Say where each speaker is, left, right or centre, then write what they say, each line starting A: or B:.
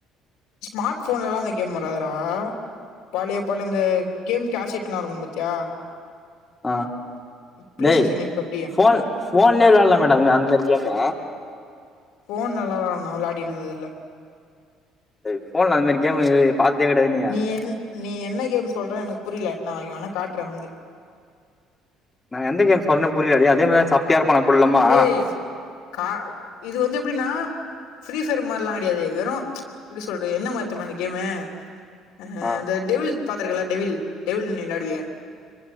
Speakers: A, on the left; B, on the left.
A: ஸ்மார்ட் போன்லா அந்த கேம் வராதுடா பழைய பழைய இந்த கேம் கேசட்லா இருக்கு பாத்தியா
B: ஆ
A: பிளே
B: டேய்
A: ஸ்டேஷன் இப்ப எப்டி
B: போன் போன்லயே விளையாட்லா டா அந்த மேரி கேமு
A: போன்லலா நா விளையாடிண்ணது இல்ல
B: அ ஃபோன்ல அந்த மேரி கேமு நீ பாத்ததே கெடையாது நீயே
A: நீ என் நீ என்ன கேம் சொல்ற எனக் புரில நாளைகு வேணா காட்றே வந்து
B: நா எந்த கேம் சொன்னே புரிலடே அதே மேரிதா சப்பையாருப்பானா குள்ளமா
A: ஏய் கா இது வந்து எப்டினா ஃப்ரீஃபையர் மார்லா கெடையாது வெறு எப்டி சொல்றது என்ன மாத்தெமா இந்த கேமு அ
B: ஆ
A: அந்த டெவில் பாத்திருக்கல டெவில் டெவில் நீ விளாடுவியே